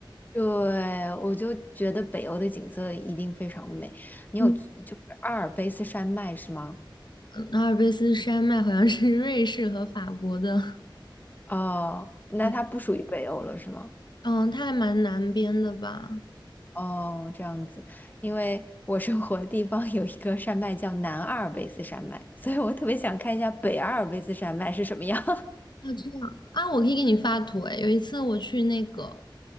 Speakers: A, on the left; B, on the left.
A: 对我就觉得北欧的景色一定非常美。你有就是阿尔卑斯山脉是吗？
B: 嗯，嗯，阿尔卑斯山脉好像是 <laughs> 瑞士和法国的，
A: 哦，那它不属于北欧了，
B: 对，
A: 是吗？
B: 嗯，它还蛮南边的吧。
A: 哦，这样子，因为我生活的地方有一个山脉叫南阿尔卑斯山脉，所以我特别想看一下北阿尔卑斯山脉是什么样。<laughs>
B: 啊，这样啊，我可以给你发图诶。有一次我去那个，